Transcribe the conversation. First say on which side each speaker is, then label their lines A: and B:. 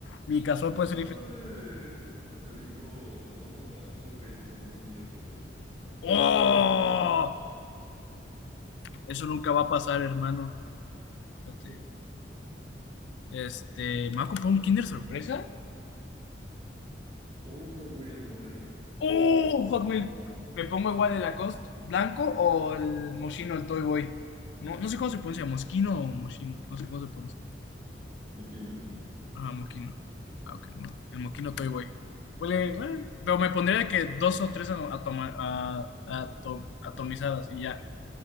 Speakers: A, on the left; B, on the right.
A: Mi casual puede
B: Casual,
A: ser diferente.
B: eh, tu jefa te dijo, vamos al súper y te compro un Kinder sorpresa.
A: ¡Oh! Eso nunca va a pasar, hermano. Espérate.
B: <laughs>
A: Este, me va a comprar un Kinder sorpresa.
B: O unos Hot Wheels, no sé.
A: ¡Oh! Hot Wheels. Me pongo igual el Lacoste blanco o el Moschino, el Toy Boy. No, no sé cómo se pronuncia, Mosquino o Moschino. No sé cómo se pronuncia.
B: Moquino.
A: Ah, Moquino. Ah, ok. mo- El Moquino Toy Boy. Huele, bueno, pero me pondría que dos o tres ano- atoma- a- ato- atomizadas y ya.